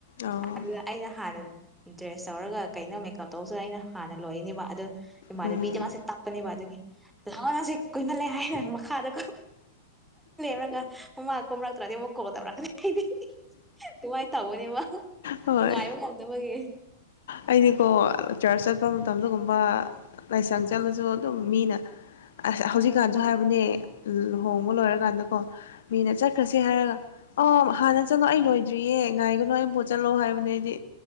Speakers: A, on the left; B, in the centre.
A: ꯑꯣ
B: ꯑꯗꯨꯗ ꯑꯩꯅ ꯍꯥꯟꯅ ꯗ꯭ꯔꯦꯁ ꯇꯧꯔꯒ ꯀꯩꯅꯣ ꯃꯦꯀꯞ ꯇꯧꯁꯨ ꯑꯩꯅ ꯍꯥꯟꯅ ꯂꯣꯏꯅꯦꯕ ꯑꯗꯨ ꯏꯃꯥꯟꯅꯕꯤ
A: ꯎꯝ
B: ꯀ ꯃꯥꯥꯁꯦ ꯇꯞꯄꯅꯦꯕ ꯑꯗꯨꯒꯤ ꯂꯅ ꯁꯤ ꯀꯣꯏꯅ ꯂꯩ ꯑ ꯍꯥꯏ ꯃꯈꯥꯗ ꯅꯒ ꯃꯥ ꯀ ꯑꯃ ꯇ꯭ꯔꯗꯤ ꯑꯃꯛ ꯀꯣꯗꯔꯅꯤ ꯍꯥꯏꯗꯤ ꯑꯗꯨꯃꯥꯏꯅ ꯇꯧꯕꯅꯦꯕ
A: ꯍꯣꯏ
B: ꯉꯥꯏꯕ ꯉꯝꯗꯅꯕꯒꯤ
A: ꯑꯩꯗꯤꯀꯣ ꯆꯔꯆ ꯆꯠꯄ ꯃꯇꯝꯗꯒꯨꯝꯕ ꯂꯥꯏꯁꯪ ꯆꯠꯂꯁꯨ ꯑꯗꯨꯝ ꯃꯤꯅ ꯑꯁ ꯍꯧꯖꯤꯛꯀꯥꯟꯁꯨ ꯍꯥꯏꯕꯅꯦ ꯂꯨꯍꯣꯡꯕ ꯂꯣꯏꯔꯀꯥꯟꯗꯀꯣ ꯃꯤꯅ ꯆꯠꯈ꯭ꯔꯁꯤ ꯍꯥꯏꯔꯒ ꯑ ꯍꯥꯟꯅ ꯆꯠꯂꯣ ꯑꯩ ꯂꯣꯏꯗ꯭ꯔꯤꯌꯦ ꯉꯥꯏꯒꯅꯨ ꯑꯩ ꯄꯣꯠ ꯆꯠꯂꯣ ꯍꯥꯏꯕꯅꯦ ꯑꯩꯗꯤ